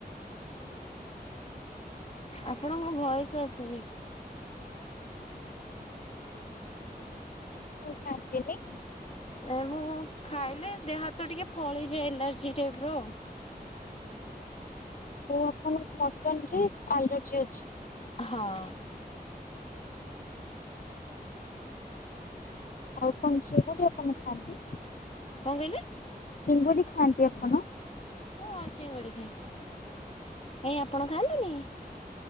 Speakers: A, on the left (about 40°); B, on the left (about 60°).
A: ଆପଣଙ୍କ ଭଏସ୍‌ ଆସୁନି।
B: ଖାନ୍ତିିନି।
A: ନାଇଁ ମ ଖାଇଲେ ଦେହ ହାତ ଟିକେ ଫଳିଯାଏ ଏଲାର୍ଜି ଟାଇପ ର ଆଉ।
B: କୌ ଆପଲ? ମଟନ ରେ ଆଲର୍ଜି ଅଛି।
A: ହଁ।
B: ଆଉ କଣ ଚିଙ୍ଗୁଡ଼ି ଆପଣ ଖାଆନ୍ତି?
A: କଣ କହିଲେ?
B: ଚିଙ୍ଗୁଡି ଖାଆନ୍ତି ଆପଣ?
A: ହଁ ଚିଙ୍ଗୁଡ଼ି ଖାଏ କାଇଁ ଆପଣ ଖାଆନ୍ତିନି?